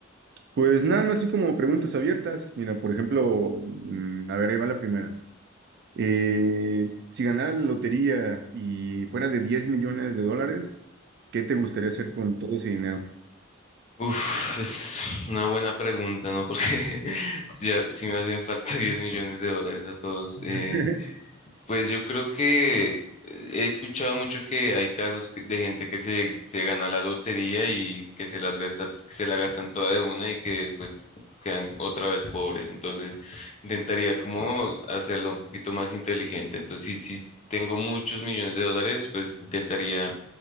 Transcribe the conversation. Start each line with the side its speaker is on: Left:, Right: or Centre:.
Right: Pues nada más así como preguntas abiertas. Mira, por ejemplo, mm, a ver, ahí va la primera. Eh, si ganara la lotería y fuera de 10 millones de dólares, ¿qué te gustaría hacer con todo ese dinero?
Left: Uf, es una buena pregunta, ¿no? Porque <laughs> ya, si me hacen falta <laughs> 10 millones de dólares a todos. Eh,
Right: <laughs>
Left: Pues yo creo que eh, he escuchado mucho que hay casos que- de gente que se, se gana la lotería y que se las gasta, que se la gastan toda de una y que después quedan otra vez pobres. Entonces, intentaría como hacerlo un poquito más inteligente. Entonces, si, si tengo muchos millones de dólares, pues intentaría